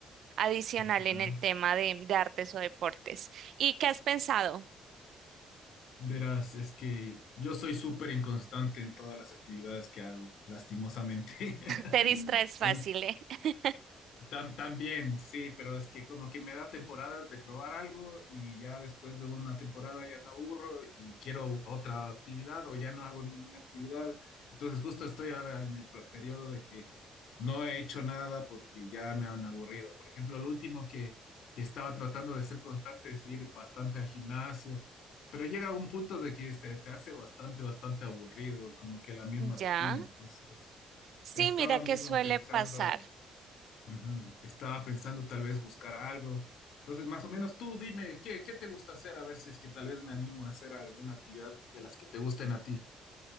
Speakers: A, on the right (about 70°); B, on the left (about 75°).
A: adicional
B: ya.
A: en el tema de de artes o deportes. ¿Y qué has pensado?
B: Verás, es que yo soy súper inconstante en todas las actividades que hago, lastimosamente. <laughs>
A: Te distraes fácil,
B: En-
A: ¿eh? <laughs>
B: Tam- también, sí, pero es que como que me da temporadas de probar algo y ya después de una temporada ya me aburro y quiero otra actividad o ya no hago ninguna actividad. Entonces justo estoy ahora en el pe- periodo de que no he hecho nada porque ya me han aburrido. Por ejemplo, lo último que, que estaba tratando de ser constante es ir bastante al gimnasio, pero llega un punto de que este, te hace bastante, bastante aburrido, como que la misma rutina.
A: Ya.
B: Entonces
A: Sí,
B: estaba
A: mira
B: mismo
A: que suele
B: pensando...
A: pasar.
B: Ujú, Estaba pensando tal vez buscar algo. Entonces, más o menos tú dime, ¿qué, qué te gusta hacer? A ver si es que tal vez me animo a hacer alguna actividad de las que te gusten a ti.